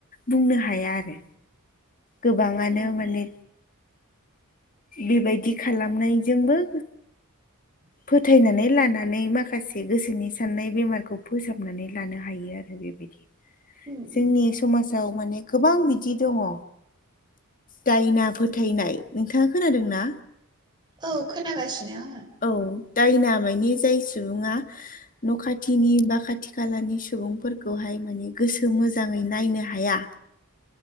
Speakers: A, on the left; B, on the right.
A: बुंनो हाया आरो गोबाङानो
B: उम उम
A: माने बेबायदि खालामनायजोंबो
B: <inaudible>
A: फोथायनानै लानानै माखासे गोसोनि साननाय बेमारखौ फोसाबनानै लानो हायो आरो बेबायदि
B: उम
A: जोंनि
B: उम
A: समाजाव माने गोबां बिदि दङ दायना फोथायनाय नोंथाङा खोनादों ना
B: औ खोनागासिनो आङो
A: औ दायना मानि जाय सुबुङा न' खाथिनि बा खाथि खालानि सुबुंफोरखौहाय माने गोसो मोजाङै नायनो हाया
B: <inaudible>